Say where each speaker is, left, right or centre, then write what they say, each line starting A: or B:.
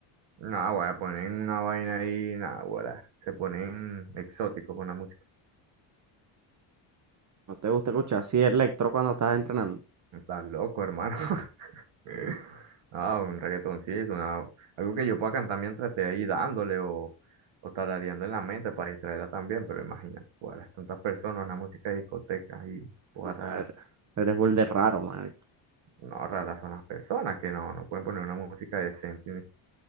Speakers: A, on the right (about 70°); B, on the right (about 35°).
A: No, güey, ponen una vaina ahí, nada, güey. Se ponen exóticos con la música.
B: no te gusta escuchar así electro cuando estás entrenando.
A: Estás loco, hermano. <laughs> Ah, un reggaetoncito, una- algo que yo pueda cantar mientras esté ahí dándole o, o tarareando en la mente para distraerla también, pero imagínate, güey, tantas personas, una música de discoteca y pues
B: Madre,
A: rara.
B: Eres burde raro, man.
A: No, raras son las personas que no, no pueden poner una música decente